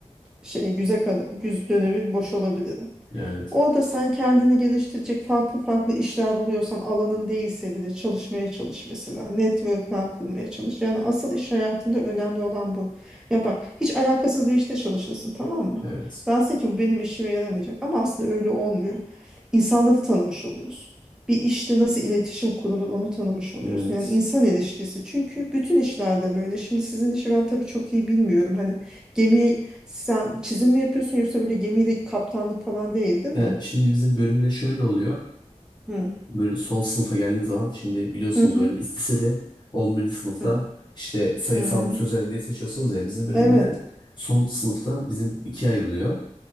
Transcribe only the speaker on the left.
Evet,
evet,
evet.
Ya
şimdi bizim bölümde şöyle oluyor.
Böyle son sınıfa geldiğiniz zaman şimdi biliyorsunuz
böyle lisede 11. sınıfta
işte sayısal
mı sözel mi diye seçiyorsunuz ya bizim bölümde
de son sınıfta bizim ikiye ayrılıyor.